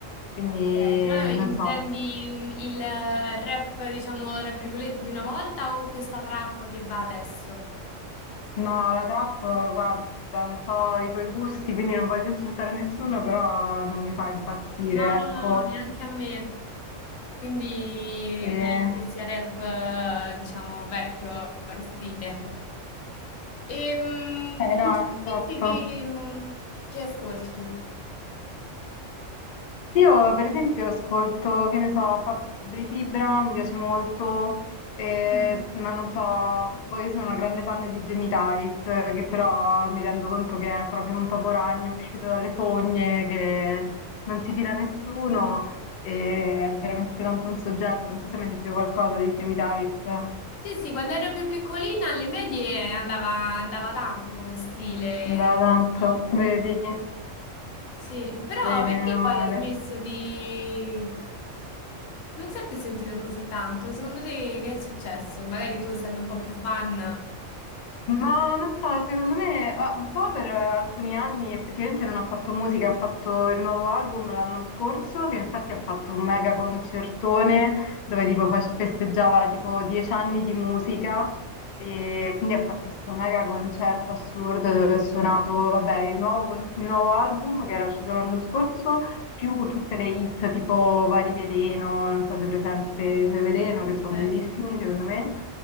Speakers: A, on the left; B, on the left.
A: quindi
B: Ok, però intendi
A: non so.
B: mm, il rap, diciamo, tra virgolette, di una volta o questa trap che va adesso?
A: No, la trap, guarda, non so i tuoi gusti, quindi non voglio insultare nessuno, però non mi fa impazzire,
B: No,
A: ecco.
B: no, no, no, neanche a me. Quindi
A: E...
B: meglio che sia rap, eh, diciamo, vecchio vecchio stile. E mm,
A: Eh
B: principalmente
A: no, esatto.
B: che, mm, che ascolti tu?
A: Io per esempio ascolto, che ne so, Fabri Fibra, mi piace molto, eh,
B: Mm.
A: ma non so, poi io sono una grande fan di Jamie Tights, eh, che però mi rendo conto che è proprio un topo ragno uscito dalle fogne, che non si fila a nessuno, e è veramente tanto un soggetto, non so se hai mai sentito qualcosa di Jamie Tights,
B: Sì, sì, quando ero più piccolina alle medie andava, andava tanto come stile,
A: da tanto,
B: proprio.
A: vedi,
B: Sì, però
A: vedi,
B: perché
A: meno male.
B: poi ha smesso di... Non si è più sentito così tanto. Secondo te che è successo? Magari tu, essendo un po' più fan,
A: Ma non so, secondo me, ah, un po' per eh, alcuni anni effettivamente non ha fatto musica, ha fatto il nuovo album l'anno scorso, che infatti ha fatto un mega concertone dove tipo face- festeggiava tipo dieci anni di musica e quindi ha fatto questo mega concerto assurdo dove ha suonato, vabbè, il nuovo, con- il nuovo album che era uscito l'anno scorso, più tutte le hit tipo Vari Veleno, non so se è presente i suoi Veleno,
B: non
A: che sono
B: sai.
A: bellissimi secondo me.